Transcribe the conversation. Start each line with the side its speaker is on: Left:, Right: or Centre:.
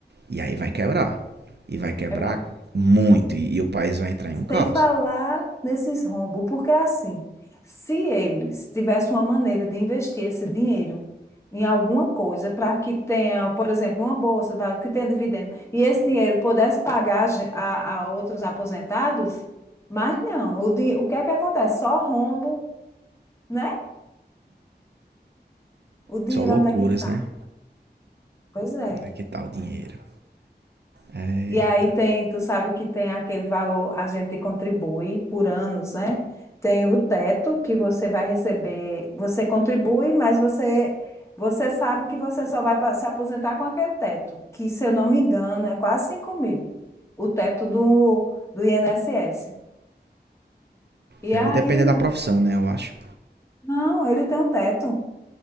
Right: E aí vai quebrar. E vai quebrar
Left: Vai quebrar.
Right: muito. E, e o país vai entrar
Left: Sem
Right: em um caos.
Left: falar nesses rombos, porque é assim, se eles tivessem uma maneira de investir esse dinheiro em alguma coisa para que tenha, por exemplo, uma bolsa, tá, que tenha dividendo, e esse dinheiro pudesse pagar ge- a, a outros aposentados, mas não. O, di- o que é que acontece? Só rombo, né? O dinheiro
Right: Só loucuras,
Left: onde é que está?
Right: né?
Left: Pois é.
Right: é que tal o dinheiro? Eita.
Left: E aí tem, tu sabe que tem aquele valor, a gente contribui por anos, né? Tem o teto que você vai receber, você contribui, mas você você sabe que você só vai pa- se aposentar com aquele teto, que se eu não me engano é quase cinco mil, o teto do, do INSS. E
Right: É,
Left: aí,
Right: vai depender
Left: meu,
Right: da profissão,
Left: fi-
Right: né? Eu acho.
Left: não, ele tem um teto,